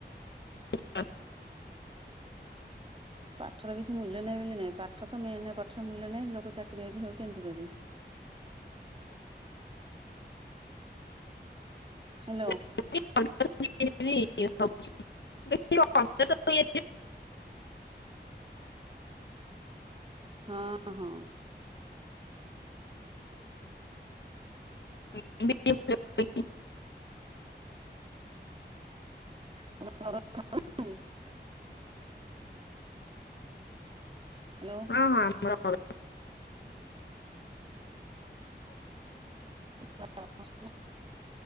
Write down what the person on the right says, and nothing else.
ପାଠର କିଛି ମୂଲ୍ୟ ନାହିଁ ବୋଲି ନାହିଁ ପାଠ ତ ମେନ ପାଠର ମୂଲ୍ୟ ନାହିଁ ଲୋକ ଚାକିରି ବାକିରି ହଉ କେମିତି କରିବେ? ହ୍ୟାଲୋ।
ହଁ ହଁ।
<unintelligible> ହ୍ୟାଲୋ।
<unintelligible>